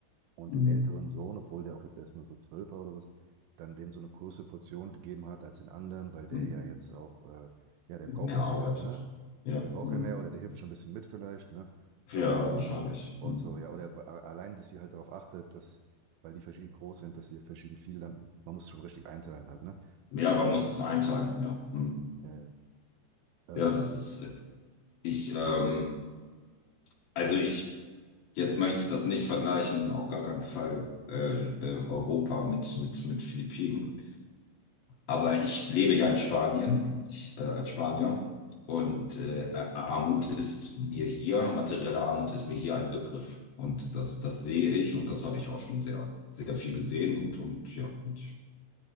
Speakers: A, on the right (about 80°); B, on the left (about 70°).
A: und
B: Hm,
A: dem älteren Sohn, obwohl der auch jetzt erst nur so zwölf war oder was, dann dem so eine große Portion gegeben hat als den anderen, weil der
B: hm.
A: ja jetzt auch, äh, ja, der
B: Mehr
A: braucht ja
B: arbeitet.
A: mehr, ne?
B: Ja,
A: Der braucht
B: hm.
A: ja mehr oder der hilft schon ein bisschen mit vielleicht, ne?
B: Ja,
A: Ähm,
B: wahrscheinlich.
A: und
B: Hm.
A: so, ja, oder a- allein, dass sie halt darauf achtet, dass, weil die verschieden groß sind, dass sie verschieden viel, dann, man muss schon richtig einteilen halt, ne?
B: Ja, man muss es einteilen. Ja, hm.
A: Ja, ja.
B: Ja, das
A: Äh,
B: ist, äh, ich, ähm, also ich, jetzt möchte ich das nicht vergleichen, auf gar keinen Fall, äh, äh, Europa mit, mit, mit Philippinen. Aber ich lebe ja in Spanien, ich, äh, als Spanier. Und äh, Armut ist mir hier, materielle Armut ist mir hier ein Begriff. Und das, das sehe ich und das habe ich auch schon sehr, sehr viel gesehen. Und, und ja, und